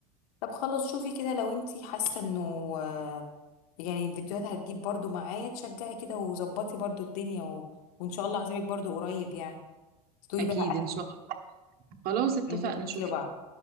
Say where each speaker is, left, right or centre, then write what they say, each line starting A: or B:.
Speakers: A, on the left; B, on the right.
A: طب خلاص شوفي كده لو انت حاسه انه آه، يعني الفيديوهات هتجيب برضو معايا تشجعي كده وظبطي برضو الدنيا و... وان شاء الله عزيمك برضو قريب يعني تدوي
B: اكيد
A: بقى اكل
B: ان شاء الله خلاص اتفقنا
A: ندوق اكل
B: شوفي
A: بعض